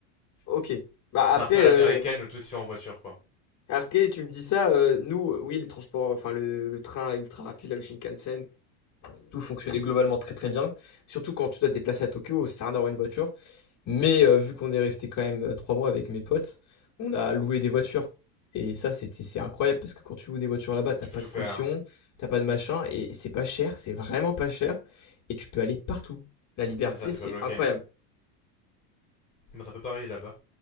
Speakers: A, on the left (about 35°); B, on the left (about 15°).
A: Ok. Bah
B: C'est
A: après,
B: un peu à l'américaine
A: euh,
B: où tout se fait en voiture, quoi.
A: après, tu me dis ça, euh, nous, oui, les transports, enfin le, le train ultra rapide, là, le Shinkansen, tout fonctionnait globalement très très bien. Surtout quand tu dois te déplacer à Tokyo, ça sert à rien d'avoir une voiture. Mais euh, vu qu'on est resté quand même euh, trois mois avec mes potes, on a loué des voitures. Et ça, c'est c'est- c'est incroyable parce que quand tu loues des voitures là-bas, t'as
B: Tu
A: pas
B: peux tout
A: de
B: faire.
A: caution, t'as pas de machin, et c'est pas cher, c'est vraiment pas cher, et tu peux aller partout. La liberté,
B: C'est ça, t'es
A: c'est
B: pas bloqué.
A: incroyable.
B: Mais c'est un peu pareil là-bas.